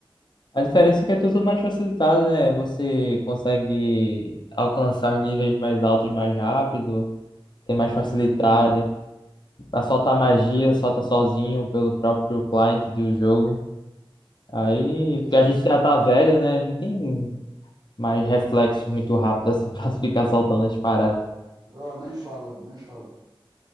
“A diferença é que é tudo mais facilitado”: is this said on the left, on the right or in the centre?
Left